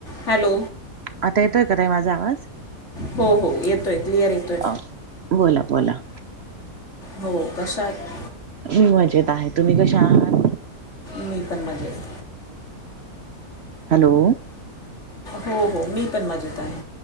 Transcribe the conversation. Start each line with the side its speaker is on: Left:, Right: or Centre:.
Left: Hello
Right: आता येतोय ताई माझा आवाज
Left: हो हो येतोय क्लिअर येतोय
Right: आ बोला बोला
Left: हो कशात
Right: हो मजेत आहे तुम्ही कशा आहात
Left: मी पण मजेत
Right: हॅलो
Left: हो हो मी पण मजेत आहे